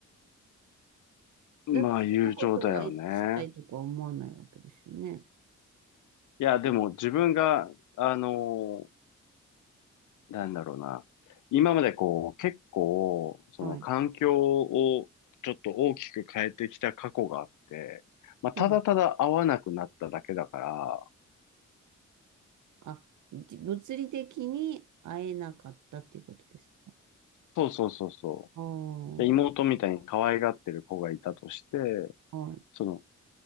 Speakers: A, on the left; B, on the right.
A: まあ友情だよね。
B: だってそのことはエッしたいとか思わないわけですよね。
A: いやでも自分が、あのなんだろうな。今までこう、結構、その環境をちょっと大きく変えてきた過去があって、
B: はい。
A: まあ、
B: はい。
A: ただただ会わなくなっただけだから、
B: あ、じ物理的に会えなかったっていうことですか
A: そうそうそうそ
B: ああー、
A: う。じゃ妹みたいに可愛がってる子がいたとして、
B: はい。
A: その、